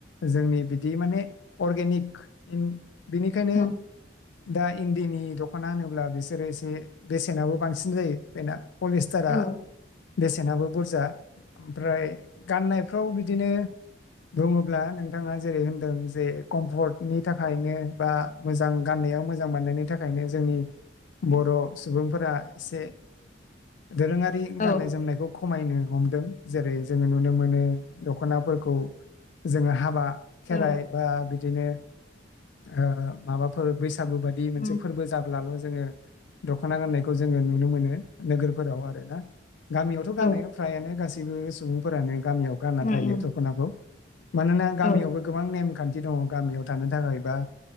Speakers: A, on the left; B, on the left.
A: जोंनि बिदि माने अर्गेनिक बिनिखायनो।
B: औ
A: दा इन्दिनि दख'ना होनोब्ला बिसोरो एसे बेसेनाबो बांसिन जायो बेना। पुलिस्टारा
B: औ
A: बेसेनाबो बुरजा ओमफ्राय गाननायफ्राव बिदिनो बुङोब्ला नोंथाङा जेरै होनदों। जे कम्फर्टनि थाखायनो बा मोजां गाननायाव मोजां मोननायनि थाखायनो जोंनि
B: उम
A: बर' सुबुंफोरा एसे दोरोङारि
B: औ
A: गाननाय जोमनायखौ खमायनो हमदों जेरै जोङो नुनो मोनो दख'नाफोरखौ। जोङो हाबा खेराइ
B: औ
A: बा बिदिनो ओ माबाफोर बैसागु बा दि मोनसे
B: उम
A: फोरबो जाब्लाल' जोङो दख'ना गाननायखौ जोङो नुनो मोनो नोगोरफोराव आरो ना। गामियावथ' गानो
B: औ
A: फ्रायानो गासैबो सुबुंफोरानो गामियाव गानना
B: उम
A: थायो
B: उम
A: दख'नाखौ। मानोना गामियावबो
B: औ
A: गोबां नेमखान्थि दङ गामियाव थानो थाखाय बा